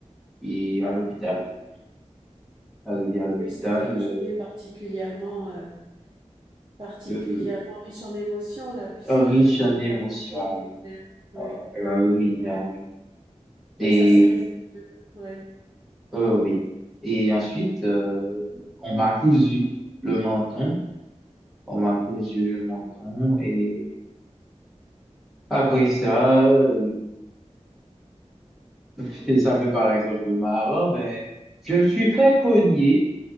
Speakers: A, in the centre; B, on the right.
A: et à l'hôpital. Arrivé à l'hôpital,
B: Oui, c'était une journée particulièrement, euh, particulièrement
A: euh,
B: riche en émotions, là, puisque
A: euh, riche
B: ça
A: en émotions.
B: t'a marqué, c'est clair. Oui,
A: Ah ah oui,
B: oui.
A: ah oui. Et
B: Mais ça s'est résolu. Oui.
A: Euh, oui. Et ensuite, euh, on m'a cousu le menton. On m'a cousu le menton. Et après ça, euh, <laughs> ça peut paraître un peu marrant, mais je me suis fait cogner